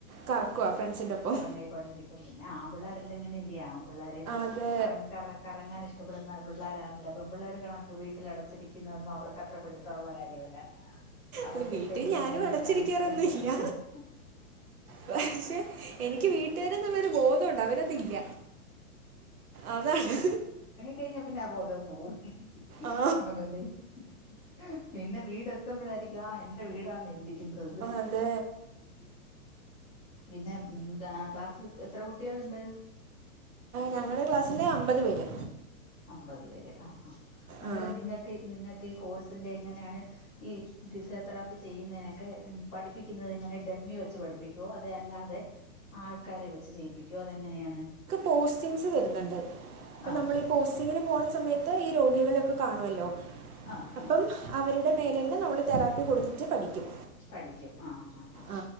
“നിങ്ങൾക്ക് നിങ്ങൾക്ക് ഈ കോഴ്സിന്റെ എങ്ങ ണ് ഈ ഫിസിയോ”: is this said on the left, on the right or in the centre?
Centre